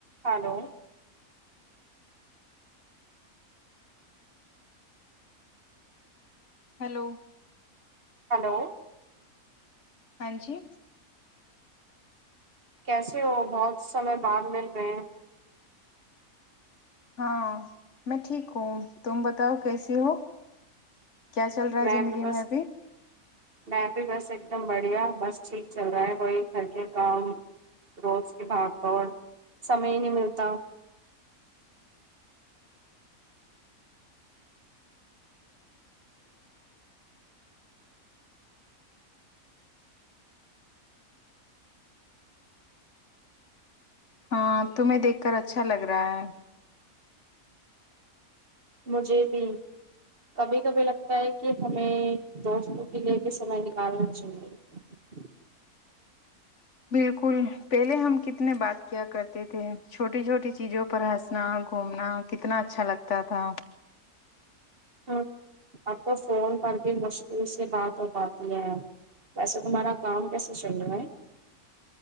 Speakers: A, on the right (about 40°); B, on the left (about 55°).
A: hello
B: hello
A: hello
B: ہاں جی
A: کیسے ہو بہت سمے بعد مل رہے ہیں
B: ہاں میں ٹھیک ہوں تم بتاؤ کیسی ہو کیا چل رہا ہے
A: میں
B: زندگی
A: بھی بس
B: ابھی
A: میں بھی بس ایک ایک دم بڑھیا بس ٹھیک چل رہا ہے وہی گھر کے کام روز کے بھاگ سمے ہی نہیں ملتا کتاا
B: ہاں تمہیں دیکھ کر اچھا لگ رہا ہے
A: مجھے بھی کبھی کبھی لگتا ہے کہ ہمیں دوستوں کے لیے بھی سمے نکالنا چاہیے
B: بالکل پہلے ہم کتنے بات کیا کرتے تھے چھوٹی چھوٹی چیزوں پر ہنسنا گھومنا کتنا اچھا لگتا تھا
A: ہاں آ تو فون پر بھی مشکل سےبات ہو پاتی ہے ویسے تمہارا کام کیسے چل رہا ہے